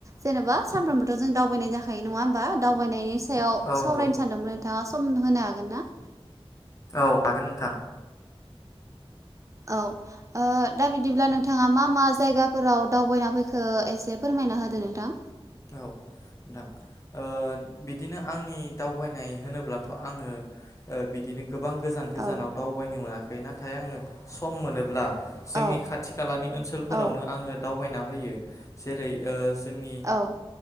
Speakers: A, on the right; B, on the left.
A: जेनेबा सानफ्रोमबोथ' जों दावबायनाय जाखायो नङा होमबा दावबायनायनि सायाव
B: औ
A: सावरायनो
B: नंगौ
A: सानदोंमोन नोंथाङा सम होनो हागोन ना?
B: औ हागोन नोंथां
A: औ ओ दा बिदिब्ला नोंथाङा मा मा जायगाफोराव दावबायना फैखो एसे फोरमायना होदो नोंथां।
B: औ नोंथां ओ बिदिनो आंनि दावबायनाय होनोब्लाथ' आङो ओ बिदिनो गोबां गोजान गोजानाव
A: औ
B: दावबायनो मोना खै नाथाय आङो सम मोनोब्ला जोंनि
A: औ
B: खाथि खालानि ओनसोलफोरावनो
A: औ
B: आङो दावबायना फैयो जेरै ओ जोंनि
A: औ